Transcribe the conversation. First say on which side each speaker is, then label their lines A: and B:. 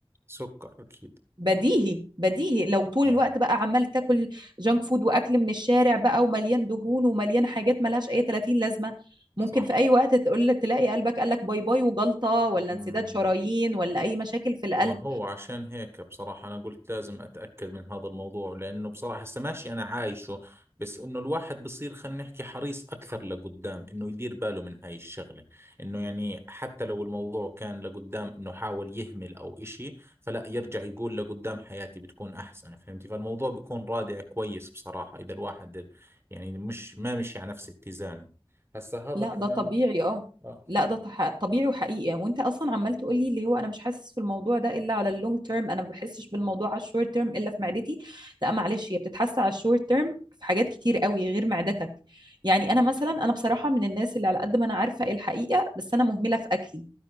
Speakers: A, on the right; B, on the right.
A: سكر اكيد
B: بديهي بديهي لو طول
A: آه،
B: الوقت بقى عمال تاكل جانك فود واكل من الشارع بقى ومليان دهون ومليان حاجات ملهاش اي 30 لازمة ممكن
A: صح
B: في اي وقت تقول تلاقي قلبك قالك باي باي وجلطة ولا
A: مم.
B: انسداد شرايين ولا اي مشاكل في القلب
A: ما هو عشان هيك بصراحة أنا قلت لازم أتأكد من هذا الموضوع لأنه بصراحة هسه ماشي أنا عايشه بس إنه الواحد بصير خلينا نحكي حريص أكثر لقدام إنه يدير باله من هاي الشغلة إنه يعني حتى لو الموضوع كان لقدام إنه حاول يهمل أو إشي فلا يرجع يقول لقدام حياتي بتكون أحسن فهمتي فالموضوع بيكون رادع كويس بصراحة إذا الواحد يعني مش ما مشي على نفس اتزانه هسه هذا
B: لا
A: كمان
B: ده طبيعي اه
A: آه
B: لا ده تح- طبيعي وحقيقي يعني وانت اصلا عمال تقول لي اللي هو انا مش حاسس في الموضوع ده الا على اللونج تيرم انا ما بحسش بالموضوع على الشورت تيرم الا في معدتي لا معلش هي بتتحس على الشورت تيرم في حاجات كتير قوي غير معدتك يعني انا مثلا انا بصراحه من الناس اللي على قد ما انا عارفه إيه الحقيقه بس انا مهمله في اكلي